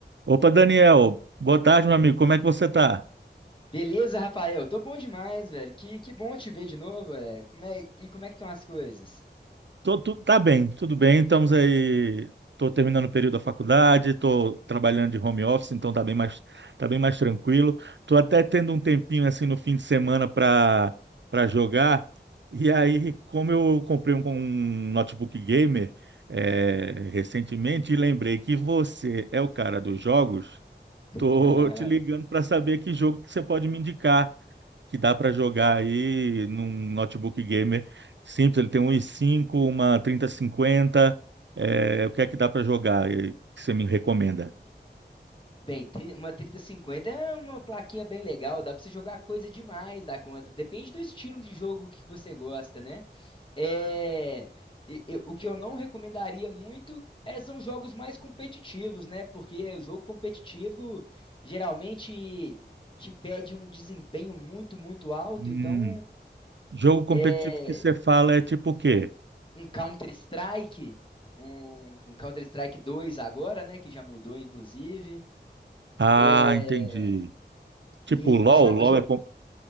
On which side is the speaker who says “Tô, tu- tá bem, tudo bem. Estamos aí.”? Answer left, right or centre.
Right